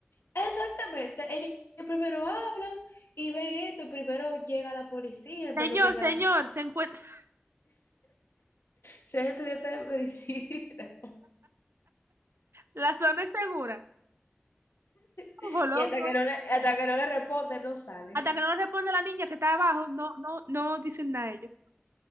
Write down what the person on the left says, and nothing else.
Exactamente, ellos, primero hablan y ven esto, y primero llega la policía en
vez de llegar,
ser estudiantes de medicina,
<laughs>
y hasta que no le, hasta que no le responden, no salen.